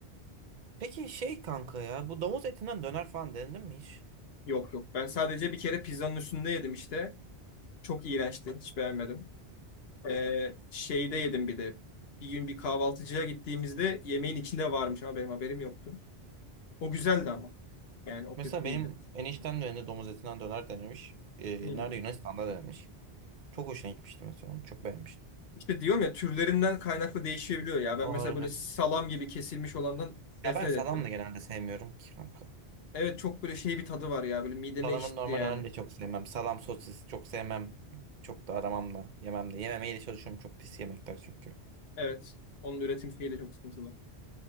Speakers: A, on the right (about 50°); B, on the left (about 70°).
A: Peki şey kanka ya. Bu domuz etinden döner falan denedin mi hiç?
B: Yok yok. Ben sadece bir kere pizzanın üstünde yedim işte. Çok iğrençti. Hiç beğenmedim. Ee, şeyde yedim bir de. Bir gün bir kahvaltıcıya gittiğimizde yemeğin içinde varmış ama benim haberim yoktu. O güzeldi ama. Yani o
A: Mesela
B: kötü değildi.
A: benim eniştem de önünde domuz etinden döner denemiş. Ee,
B: Hı.
A: nerede Yunanistan'da denemiş. Çok hoşuna gitmişti mesela onu. Çok beğenmişti.
B: İşte diyorum ya türlerinden kaynaklı değişebiliyor ya. Ben
A: O
B: mesela
A: öyle.
B: böyle salam gibi kesilmiş olandan nefret
A: Ya ben salam
B: ettim.
A: da genelde sevmiyorum ki kanka.
B: Evet çok böyle şey bir tadı var ya. Böyle mideme
A: Salamın
B: ekşitti
A: normal
B: yani.
A: halini de çok sevmem. Salam sosis çok sevmem. Çok da aramam da yemem de. Yememeye de çalışıyorum. Çok pis yemekler çünkü.
B: Evet. Onun üretim şeyi de çok sıkıntılı.